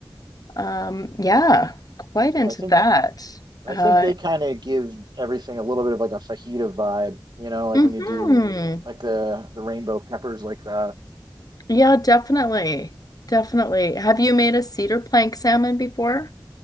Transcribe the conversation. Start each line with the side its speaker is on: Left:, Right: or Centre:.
Left: Um, yeah, quite into
Right: Yeah, I think
Left: that.
Right: I
Left: Uh,
Right: think they kind of give everything a little bit of like a fajita vibe, you know, like
Left: mhm.
Right: when you do like the the rainbow peppers like that.
Left: Yeah, definitely. Definitely. Have you made a cedar plank salmon before?